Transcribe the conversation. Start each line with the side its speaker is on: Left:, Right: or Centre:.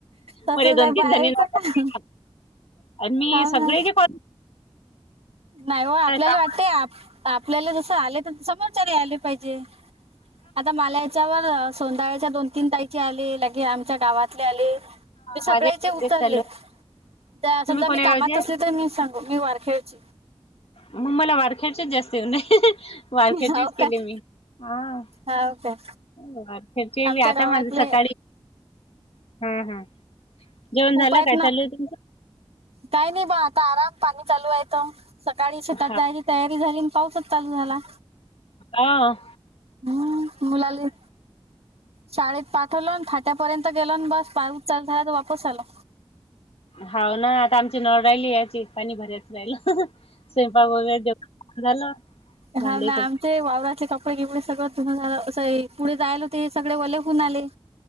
Right: तसंच
Left: बरे दोन-तीन
Right: आहे बाहेरचं
Left: जणी <inaudible>
Right: का
Left: आणि मी
Right: हाव
Left: सगळे
Right: ना
Left: जे कॉ
Right: नाही हो आपल्याला
Left: काम
Right: वाटतय आप आपल्याला जसं आले तर समोरच्यारी आले पाहिजे. आता माला याच्यावर सोनधाळ्याच्या दोन-तीन तारीखे आले लगे आमच्या गावात ठले आले मी सगळ्याचे
Left: माझे
Right: उचरले
Left: चालू
Right: त्या समजा
Left: तुम्ही कोण्या
Right: मी कामात
Left: गावचे
Right: असले तर मी सांगू मी वार खेळची
Left: मग मला वारख्याच्याच जास्त उने वारख्याचेच
Right: हो
Left: केले
Right: काय
Left: मी हा.
Right: हाव काय
Left: वारख्याचे
Right: आमच्या
Left: मी आता
Right: गावातले
Left: माझं सकाळी हा हा. जेवण
Right: खूप
Left: झालं
Right: आहेत
Left: काय
Right: ना
Left: चालू आहे तुमचं
Right: काय नाही बा आता आराम पाणी चालू आहे तो. सकाळी शेतात
Left: हा
Right: जायची तयारी झाली आणि पाऊसच चालू झाला.
Left: आं
Right: हम्म मुलाली शाळेत पाठवलं अनं फाट्यापर्यंत गेलो अनं बस पाय उचलझात वापस आला.
Left: हाव ना आता आमची नळ राहिली याची पाणी भऱ्याच राहिलं, स्वयंपाक वगैरे दे झालं भांडे
Right: हा ना
Left: कप
Right: आमचे वावराचे कप पडे एवढं सगळं पुनः झाला असं आहे, पुढे जायला होते सगळे वले होऊन आले.